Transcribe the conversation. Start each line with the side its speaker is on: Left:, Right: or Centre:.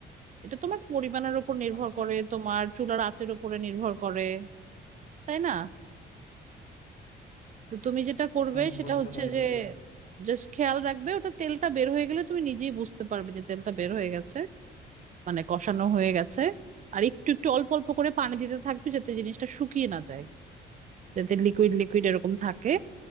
Right: এটা তোমার পরিমাণের উপর নির্ভর
Left: আচ্ছা
Right: করে তোমার চুলার আঁচের উপরে নির্ভর করে তাই না তো তুমি যেটা করবে
Left: হুম
Right: সেটা
Left: বুঝতে
Right: হচ্ছে
Left: পেরেছি
Right: যে জাস্ট খেয়াল রাখবে ওটা তেলটা বের হয়ে গেলে তুমি নিজেই বুঝতে পারবে যে তেলটা বের হয়ে গেছে মানে কষানো হয়ে গেছে আর একটু একটু অল্প অল্প করে পানি দিতে থাকবে যাতে জিনিসটা শুকিয়ে না যায় যাতে লিকুইড লিকুইড এরকম থাকে